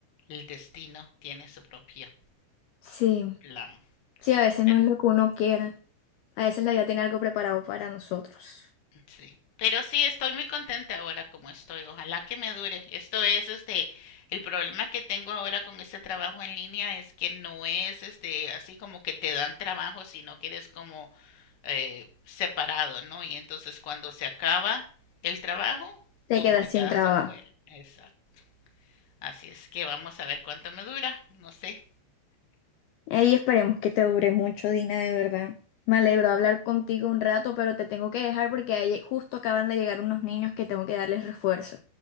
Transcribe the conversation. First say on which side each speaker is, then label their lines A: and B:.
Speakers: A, on the left; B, on the left.
A: el destino tiene su propio
B: Sí,
A: plan.
B: sí, a veces
A: Pero
B: no es lo que uno quiera. A veces la vida tiene algo preparado para nosotros.
A: Sí. Pero sí, estoy muy contenta ahora como estoy. Ojalá que me dure. Esto es, este, el problema que tengo ahora con este trabajo en línea es que no es, este, así como que te dan trabajo, sino que eres como eh, separado, ¿no? Y entonces cuando se acaba el trabajo,
B: Te
A: pum,
B: quedas
A: te quedas
B: sin trabajo.
A: afuera. Exacto. Así es que vamos a ver cuánto me dura. No sé.
B: Ey, esperemos que te dure mucho, Dina, de verdad. Me alegro hablar contigo un rato, pero te tengo que dejar porque ahí justo acaban de llegar unos niños que tengo que darles refuerzo.